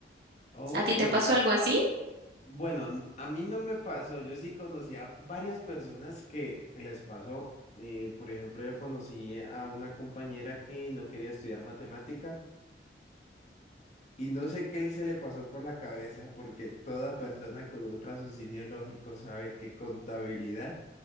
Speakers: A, on the left (about 40°); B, on the right (about 65°).
A: ok.
B: ¿A ti te pasó algo así?
A: Bueno, n- a mí no me pasó. Yo sí conocía varias personas que, que les pasó. Eh, por ejemplo, yo conocí a una compañera que no quería estudiar matemática y no sé qué se le pasó por la cabeza porque toda persona con un raciocinio lógico sabe que contabilidad